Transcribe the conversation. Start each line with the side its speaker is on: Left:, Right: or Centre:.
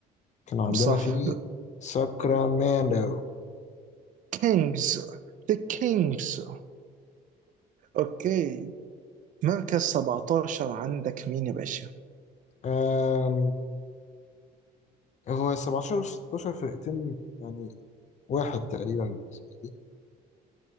Left: كان عندنا
Right: صح
Left: فيه ساكرامento
Right: كينجز ذا كينجز اوكي مركز 17 عندك مين يا باشا؟
Left: آه. هو 17 و 16 فرقتين يعني واحد تقريبا بالنسبة لي